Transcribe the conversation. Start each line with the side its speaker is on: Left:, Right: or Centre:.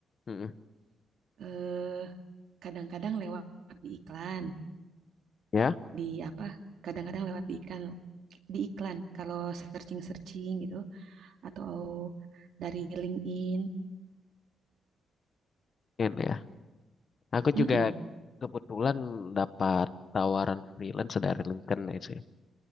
Left: Mm-mm.
Right: Eh, kadang-kadang lewat di iklan.
Left: Ya,
Right: di apa kadang-kadang lewat di iklan di iklan kalau searching searching gitu atau dari LinkedIn
Left: ini ya. Aku
Right: mm-mm,
Left: juga kebetulan dapat tawaran freelance dari LinkedIn ya sih.